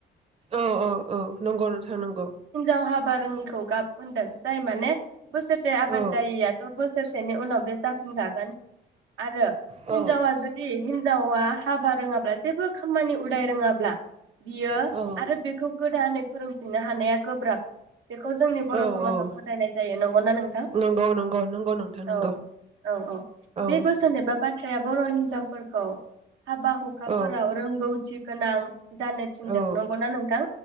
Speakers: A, on the right (about 30°); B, on the right (about 85°).
A: औ औ औ नंगौ नोंथां नगौ।
B: जाव हाबा रोङिखौ गाब मोनदों जाय माने बोसोरसे आबाद
A: औ
B: जायैयाथ' बोसोरसेनि उनाव बे जाफिनखागोन आरो
A: औ
B: हिनजावा जुदि हिनजावा हाबा रोङाब्ला जेबो खामानि उदाय रोङाब्ला बियो
A: औ
B: आरो बेखौ गोदानै फोरोंफिनो हानाया गोब्राब बेखौ जोंनि बर
A: औ
B: समाजाव
A: औ
B: फोथायनाय जायो नं नंगौना नोंथां
A: नंगौ नंगौ नंगौ नोंथां नंगौ
B: औ-औ-औ
A: औ
B: बे बोसोन एबा बाथ्राया बर' हिनजाव फोरखौ हाबा-हुखाफोराव
A: औ
B: रोंगौथि गोनां जानो थिनदों
A: औ
B: नंगौना नोंथां?